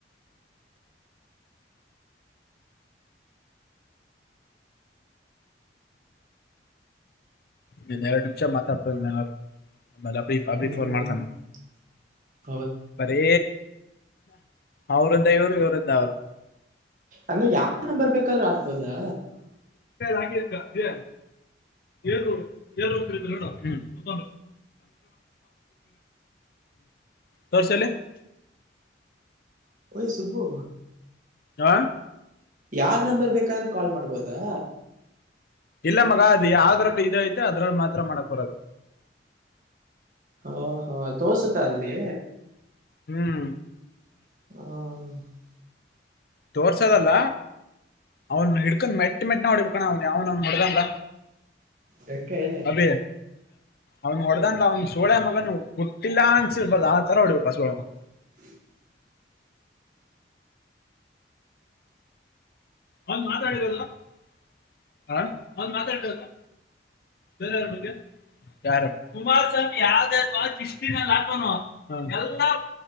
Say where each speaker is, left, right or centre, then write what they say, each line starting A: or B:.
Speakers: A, on the left; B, on the right.
A: ನೀನ್ ಎರಡು ನಿಮಷ ಮಾತಾತೇಲೆ ಅಬ ಅಬಿ
B: ಹ್ಮ್
A: ಫೋನ್ ಮಾಡ್ತಾನ
B: <inaudible>
A: ಬರೀ ಅವರುಂದ ಇವ್ರು ಇವ್ರಂದ ಅವ್ರು
B: ಅಂದ್ರೆ ಯಾವ ನ ಬರ್ಬೇಕಾದ್ೂ ಆಗ್ಬೋದಾ
A: ಾಕಿ ಏ ಏಡೊ ಹ್ಮ ತೋರ್ಸಲೆ
B: ಐ ಸುಬ್ಬು
A: ಹ
B: ಯಾರ್ ನಂಬರ್ ಬೇಕಾದ್ರು ಕಾಲ್ ಮಾಡ್ಬೋದಾ?
A: ಇಲ್ಲ ಮಗ ಅದು ಯಾವ್ದ್ರಲ್ಲ ಇದ ಐತೆ ಅದ್ರಲ್ಲಿ ಮಾತ್ರ ಮಾಡಕ್ ಬರೋದು
B: ಹ ಹಾ ತೋಸತ ಅಲ್ಲಿಲ್ಲಿ
A: ಹ್ಮ್
B: ಹ್ಮ
A: ತೋರ್ಸೋದಲ್ಲ ಅವ್ನ್ ಹಿಡ್ಕೊಂಡ್ ಮೆಟ್ಟ ಮೆಟ್ಟ ನ ಹೊಬೇಕ ಣ ಅವ ಅವನ ಅವನ್ ಹೊಡ್ದಂಗ
B: ರೆಕ್ಕೆ ಏನಾಯ್ತು
A: ಅಬ ಅವ್ನ ಹೊಡ್ದಂದ ಅವ್ನ ಸುಳೆ ಮಗನು ಹುಟ್ಟಿಲ್ಲ ಅನ್ಸಿರ್ಬಾರ್ದ ಆ ತರ ಹೊಡ್ಬೇಕ ಸುಳೆ ಮಗ
B: <unintelligible>
A: ಅವನ್ ಮಾತಾಡಿರೋದು ಅ ಅವ್ನ್ ಮಾತಾಡಿರೋದು ಬೇರೆಯವ್ರ್ ಬಗ್ಗೆ ಯಾರು? ಕುಮಾರಸ್ವಾಮಿ ಯಾವ್ದ್ ಯಾವ್ದ್ ಮಾತ್ ಹಿಸ್ಟ್ರಿನಲ್ ಹಾಕೌನೋ ಎಲ್ಲಾ